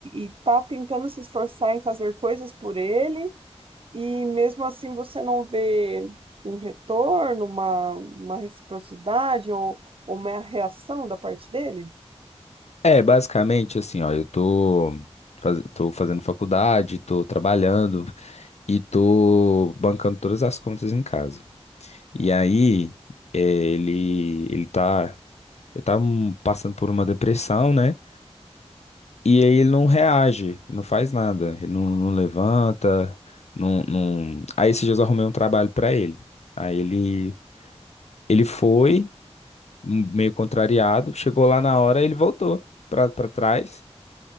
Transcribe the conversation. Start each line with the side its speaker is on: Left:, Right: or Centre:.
Right: e, e tá tentando se esforçar em fazer coisas por ele, e mesmo assim você não vê um retorno, uma, uma reciprocidade ou, ou uma reação da parte dele?
Left: É, basicamente assim, ó, eu tô faz- Tô fazendo faculdade, tô trabalhando e tô bancando todas as contas em casa. E aí, eh, ele, ele tá, ele tá hum, passando por uma depressão, né? E aí ele não reage, ele não faz nada, ele não, não levanta, não, não... Aí esses dias eu arrumei um trabalho pra ele. Aí ele, ele foi, hum, meio contrariado, chegou lá na hora, ele voltou pra, pra trás.